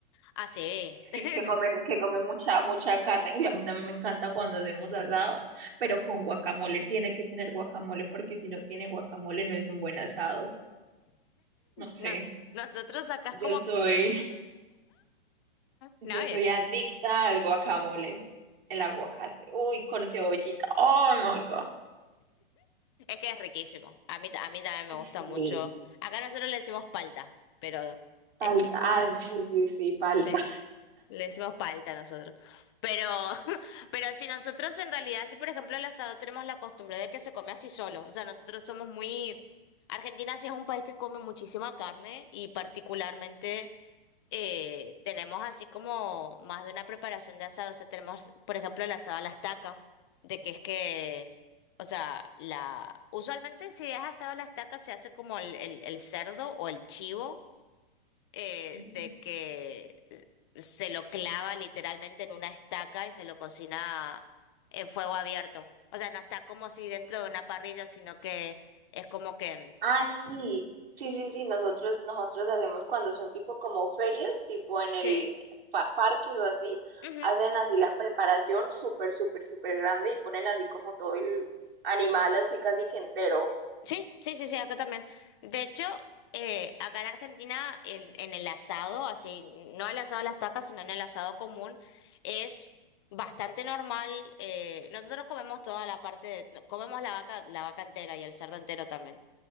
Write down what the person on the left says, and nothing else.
Ah, sí.
<laughs>
Nos, nosotros acá
es como
que...
No, es,
es
que es riquísimo. A mí, ta- a mí también me gusta
mucho. Acá nosotros le decimos palta, pero
X.
sí. Le decimos palta nosotros. Pero, <laughs> pero si nosotros en realidad, si por ejemplo el asado tenemos la costumbre de que se come así solo, o sea, nosotros somos muy... Argentina sí es un país que come muchísima carne y particularmente eh, tenemos así como más de una preparación de asado, o sea, tenemos por ejemplo el asado a la estaca, de que es que, o sea, la... Usualmente si es asado a la estaca se hace como el, el el cerdo o el chivo eh,
de que se lo clava literalmente en una estaca y se lo cocina en fuego abierto. O sea, no está como si dentro de una parrilla, sino que es como que...
Sí.
Ujú.
Sí, sí, sí, sí, acá también. De hecho, eh, acá en Argentina, en, en el asado, así, no el asado a las estaca, sino en el asado común, es... Bastante normal, eh, nosotros comemos toda la parte de, comemos la vaca, la vaca entera y el cerdo entero también.